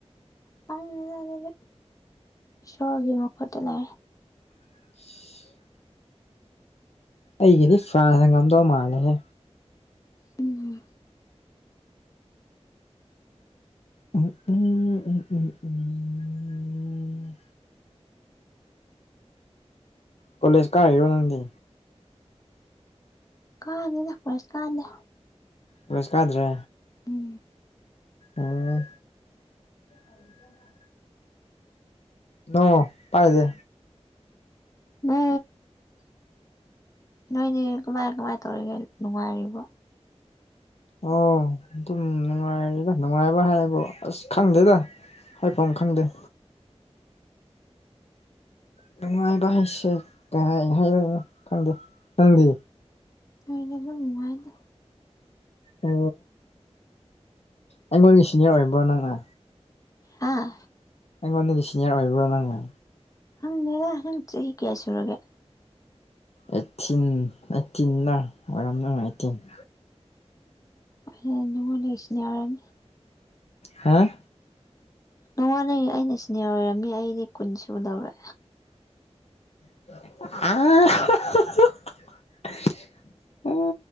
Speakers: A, on the left; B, on the left.
A: ꯈꯪꯗꯦꯗ ꯑꯗꯨꯗꯤ ꯏꯁꯣꯔꯒꯤ ꯃꯈꯨꯠꯇ ꯂꯩꯔꯦ
B: <unintelligible> ꯑꯩꯒꯤꯗꯤ ꯐ꯭ꯔꯥꯟꯁꯇ ꯉꯝꯗꯧ ꯃꯥꯜꯂꯦꯍꯦ
A: ꯎꯝ
B: ꯑꯣ ꯎ ꯎ ꯎꯝ ꯎꯝ ꯎꯝ ꯀꯣꯖ ꯀꯥ ꯋꯥꯅꯗꯤ
A: ꯀꯥꯗꯦ ꯅꯥꯛꯄꯔꯁꯤ ꯀꯥꯟꯗꯦ
B: ꯁ ꯀꯥꯗ꯭ꯔꯦ
A: ꯎꯝ
B: ꯑꯥ ꯀꯗ ꯅ ꯄꯥꯏꯖꯦ
A: ꯃꯥ ꯅꯣꯏꯅꯦ ꯀꯃꯥꯏ ꯀꯃꯥꯏꯅ ꯇꯧꯔꯤꯒꯦ ꯅꯨꯡꯉꯥꯏꯔꯤꯕꯣ
B: ꯑꯣ ꯑꯗꯨꯝ ꯅꯨꯡꯉꯥꯏꯔꯦꯗ ꯅꯨꯡꯉꯥꯏꯕ ꯍꯥꯏꯕꯣ ꯑꯁ ꯈꯪꯗꯦꯗ ꯍꯥꯏꯐꯝ ꯑꯃ ꯈꯪꯗꯦ ꯅꯨꯡꯉꯥꯏꯕ ꯍꯥꯏꯁꯦ ꯀꯥꯏ ꯍꯥꯏꯔꯅꯣ ꯈꯪꯗꯦ ꯈꯪꯗꯦ
A: ꯑꯣꯏꯔꯕ ꯅꯨꯡꯉꯥꯏꯅ
B: ꯇ ꯑꯩꯉꯣꯟꯒꯤ ꯁꯤꯅꯤꯌꯔ ꯑꯣꯏꯕ꯭ꯔꯣ ꯅꯪꯅ
A: ꯑꯥ
B: ꯅꯪꯉꯣꯟ ꯅꯗꯤ ꯁꯤꯅꯤꯌꯥꯔ ꯑꯣꯏꯕ꯭ꯔꯣ ꯅꯉꯦ
A: ꯅꯪ ꯅꯦꯗꯥ ꯅꯪ ꯆꯍꯤ ꯀꯌꯥ ꯁꯨꯔꯒꯦ
B: ꯑꯩꯠꯇꯤꯟ ꯑꯩꯠꯇ ꯑꯣꯏꯔꯝ ꯑꯩꯠꯇꯤꯟ
A: ꯍ ꯅꯅꯨꯡꯉꯣꯟꯅꯦ ꯏꯁꯅꯦꯌꯔꯟ
B: ꯍꯥꯥ
A: ꯅꯣꯡꯉꯥꯟꯜꯅ ꯑꯩꯅ ꯁꯤꯅꯦ ꯑꯣꯏꯔꯝꯃꯤ ꯑꯩꯗꯤ ꯀꯨꯟ ꯁꯨ ꯂꯧꯔꯦ
B: ꯑ ꯑ